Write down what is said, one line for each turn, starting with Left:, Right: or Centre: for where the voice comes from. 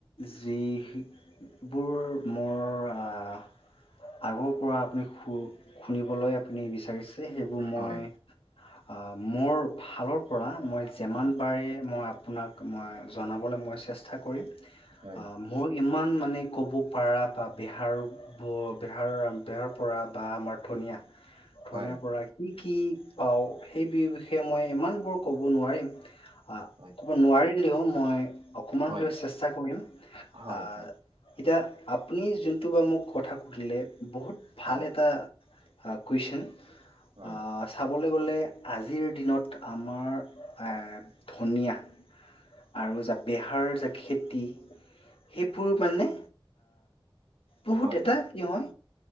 Left: যিবোৰ মোৰ আ- আগৰ পৰা আপুনি শূ শুনিবলৈ আপুনি বিচাৰিছ- ছে সেইবোৰ মই
Right: হয়,
Left: আহ মোৰ ফালৰ পৰা মই- যিমান
Right: হয়,
Left: পাৰি মই আপোনাক মই জনাবলৈ মই চেষ্টা কৰিম।
Right: হয়,
Left: অঁ- মোৰ ইমান মানে ক'ব পাৰা বা বেহাৰ- ব বেহাৰ বেহাৰ পৰা বা আমাৰ ধনিয়া। ধনীয়াৰ
Right: হয়,
Left: পৰা কি কি পাওঁ? সেই বিষয়ে মই ইমানবোৰ ক'ব নোৱাৰিম- আহ
Right: হয়,
Left: ক'ব নোৱাৰিলেও মই অকমান
Right: হয়,
Left: হ'লেও চেষ্টা কৰিম।
Right: হয়,
Left: আহ- এতিয়া আপুনি যোনটো বা মোক কথা সুধিলে বহুত ভাল
Right: হয়,
Left: এটা- অ' কুৱেশন অ'-
Right: হয়, হয়,
Left: চাবলৈ গ'লে আজিৰ দিনত আমাৰ ধনিয়া আৰু যে বেহাৰ যে খেতি সেইবোৰ মানে বহুত
Right: হয়,
Left: এটা কি হয়